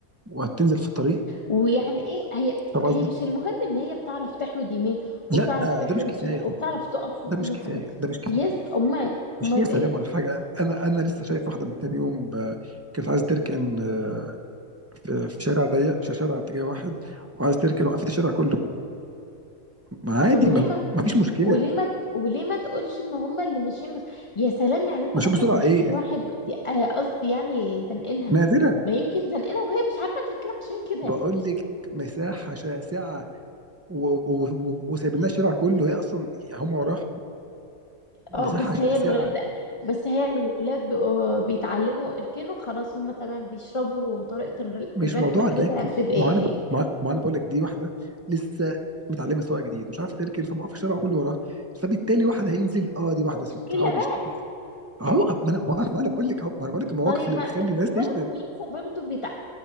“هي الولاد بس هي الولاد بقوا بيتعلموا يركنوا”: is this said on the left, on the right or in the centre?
Left